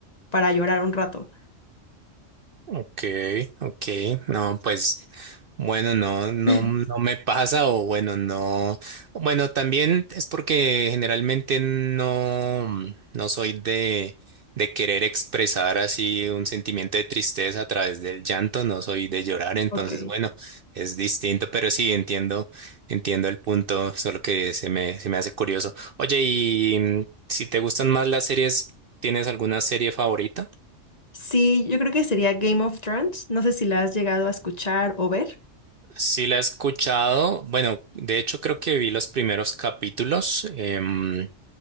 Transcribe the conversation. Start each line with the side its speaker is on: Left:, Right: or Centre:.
Left: para llorar un rato.
Right: Okay, okay, no, pues bueno, no, no,
Left: <laughs>
Right: no me pasa o bueno, no, bueno, también es porque generalmente no, no soy de, de querer expresar así un sentimiento de tristeza a través del llanto, no soy de llorar, entonces
Left: Ok.
Right: bueno, es distinto, pero sí entiendo, entiendo el punto, solo que se me, se me hace curioso. Oye, y mm, si te gustan más las series, ¿tienes alguna serie favorita?
Left: Sí, yo creo que sería Game of Thrones. No sé si la has llegado a escuchar o ver.
Right: Sí la he escuchado. Bueno, de hecho creo que vi los primeros capítulos, em,